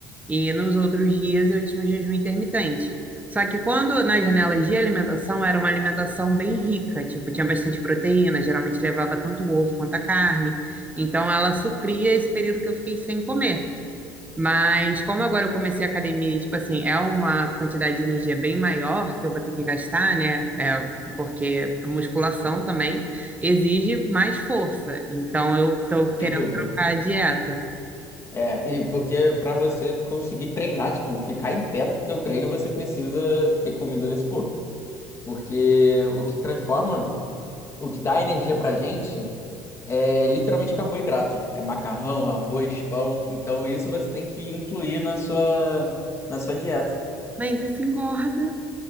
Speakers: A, on the right; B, on the left.
A: E nos outros dias eu tinha o jejum intermitente. Só que quando nas janelas de alimentação era uma alimentação bem rica, tipo, tinha bastante proteína, geralmente levava tanto o ovo quanto a carne. Então ela supria esse período que eu fiquei sem comer. Mas como agora eu comecei a academia, e, tipo assim, é uma quantidade de energia bem maior que eu vou ter que gastar, né? É, porque musculação também exige mais força. Então eu tô querendo
B: sem dúvida.
A: trocar a dieta.
B: É, e porque pra você conseguir treinar, tipo, ficar em pé no teu treino, você precisa ter comida nesse corpo. Porque o que transforma, o que dá energia pra gente É literalmente carboidrato. É macarrão, arroz, pão. Então isso você tem que incluir na sua, na sua dieta.
A: Mas isso engorda.